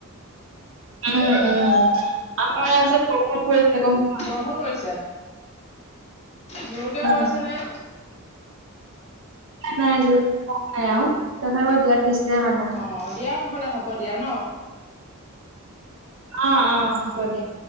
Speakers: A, on the right; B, on the left.
A: উম উম আমাৰ আজি বৰষুণ পৰিছে গম পোৱা।
B: বৰষুণ পৰিছে জোৰকে
A: অ'।
B: পৰিছে নে?
A: নাই যোৰ <unintelligible> তথাপি দিয়া দিছে মানে।
B: অ দিয়া নহলে হ'ব দিয়া ন
A: অ' অ' হ'ব দিয়া।